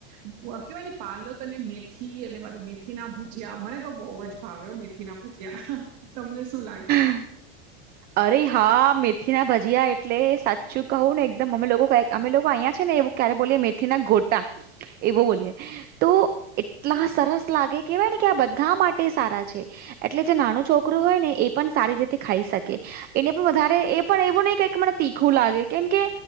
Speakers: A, on the right (about 50°); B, on the right (about 30°).
A: કેહેવાય ને પાલક અને મેથી અને મા મેથી ના ભજીયા મને તો બહુ જ ભાવ્યો. ના ભજ્યા તમને શું લાગે.
B: હ. અરે હા મેથી ના ભજીયા એટલે સાચું કહું ને એકદમ અમે લોકો ક અમે લોકો અહીંયા છે ને એવું. ક્યારે બોલીએ મેથી ના ગોટા એવો બોલીએ તો. એટલા સરસ લાગે કેવાય ને કે આ બધા માટે સારા છે એટલે જે નાનું છોકરું હોય ને. એ પણ સારી રીતે ખાઈ શકે એને પણ વધારે એ પણ એવું નહીં કે કે મને તીખું લાગે કેમ કે.